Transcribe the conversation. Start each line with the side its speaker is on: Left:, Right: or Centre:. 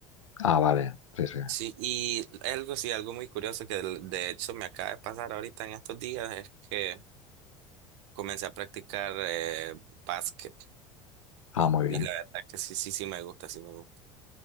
Left: Ah, vale. Sí, sí.
Right: Sí, y algo, sí, algo muy curioso que de de hecho me acaba de pasar ahorita en estos días es que comencé a practicar eh, básquet.
Left: Ah,
Right: pa-
Left: muy bien.
Right: Y la verdad que sí, sí, sí me gusta, sí me gusta.